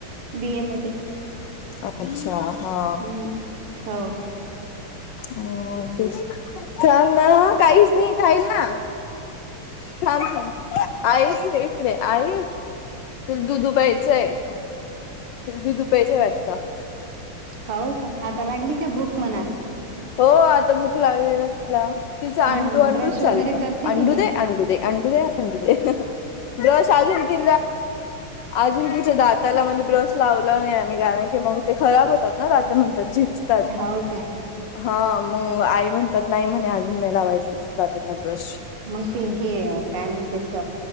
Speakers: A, on the right; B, on the left.
A: बी ए मध्ये
B: अच्छा. हा
A: ह् हो.
B: हो तेच चालं ना काहीच नाही खायला. छान छान आईच ना इकडे आई तु दुधुपियाचं दुधुपियाचंय आता
A: हवं का आता लागली का भूक मना
B: हो आता बूक लागली ना तिला तिचा
A: हा
B: अंडू अंडू
A: ब्रश वगैरे
B: चालतं
A: करते
B: अंडू
A: की नाही
B: दे अंडू दे. अंडू दे अंडू दे दिवस अजून ति अजून तिचे दात त्याला म ब्रश लावला नाही आम्ही कारण की मग ते खराब होतात ना त्याता म्हणतात झिजतात.
A: हवं काय?
B: हा मग आई म्हणतात नाही म्हणे अजून नाही लावायचं. दातांना ब्रश.
A: मग ते हे काय म्हणत्यात.